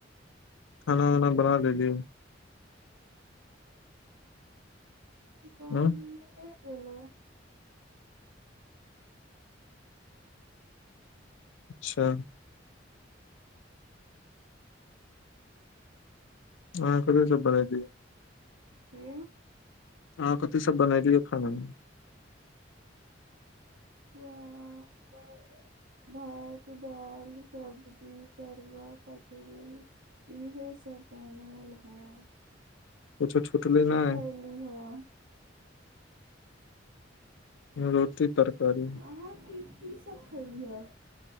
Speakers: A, on the left; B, on the right.
A: खाना वाना बना ले लियए
B: ब हना
A: ह अच्छा हह क सब बना दिय
B: हू
A: हँ कथी सब बनायकेै खाना ह
B: चावल भात दाल सब्जी तरुआ कछरी इहे सब शामल है
A: किछु छुटल नहि
B: खयली हँ
A: रोटी तरकारी
B: अहाँके कीसभ खलीहे ह